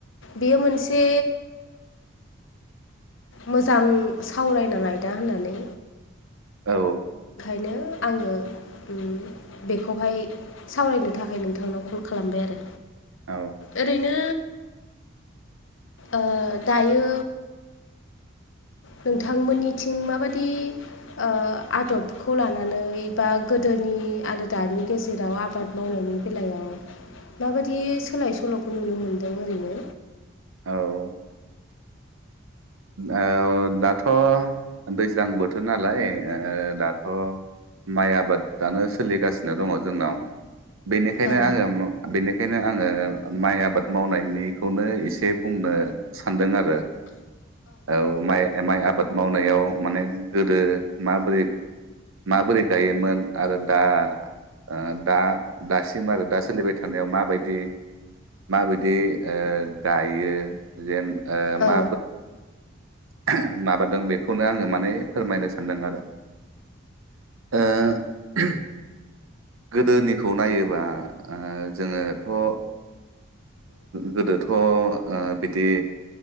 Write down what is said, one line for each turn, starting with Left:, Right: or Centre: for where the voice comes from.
Left: बेयो मोनसे। मोजां सावरायनां आयदा होननानै।
Right: औ
Left: नो आङो उम बेखौहाय सावरायनो थाखाय नोंथांनाव कल खालामबाय आरो
Right: औ
Left: ओरैनो ओ दायो नोंथांमोननिथिं माबादि ओ आदबखौ लानानै बा गोदोनि नि आरो दानि गेजेराव आबाद मावनायनि बेलायाव माबादि सोलाय सोल'खौ नुनो मोनदों ओरैनो
Right: औ ओ दाथ' दैज्लां बोथोर नालाय ओ दाथ' माइ आबादानो सोलिगासिनो दङ जोंनाव बेनिखायनो
Left: औ
Right: आङो बेनिखायनो आङो माइ आबाद मावनायनिखौनो एसे बुंनो सानदों आरो औ माइ माइ आबाद मावनायाव माने गोदो माबोरै माबोरै गायोमोन आरो दा ओ दा दासिम आरो दा सोलिबाय थानायाव माबायदि माबायदि ओ गायो जेन ओ
Left: औ
Right: मा <unintelligible> माबादों बेखौनो आङो माने फोरमायनो सानदों आरो ओ <unintelligible> गोदोनिखौ नायोबा ओ जोङोथ' ओ गोदोथ'ओ बिदि